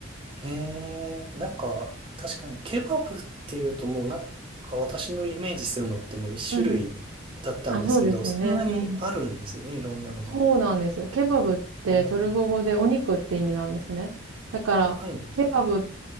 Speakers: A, on the right; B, on the right.
A: ええ、なんか、確かにケバブっていうともうなんか私のイメージするのってもう一種類だったんですけど、
B: うんうんあ、そうですよね。
A: そんなにあるんですね、
B: うん。
A: いろんなのが。
B: そうなんですよ。ケバブってトルコ語でお肉って意味なんですね。
A: うん、
B: だから、
A: はい。
B: ケバブっ